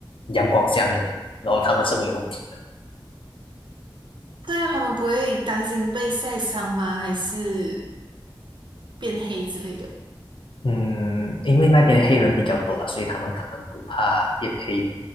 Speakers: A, on the left; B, on the right.
A: 阳光下面的，然后他们是没有问题。的。
B: 这样他们不会担心被晒伤吗？还是变黑之类的？
A: 嗯，因为那边黑人比较多了，所以他们可能不怕变黑。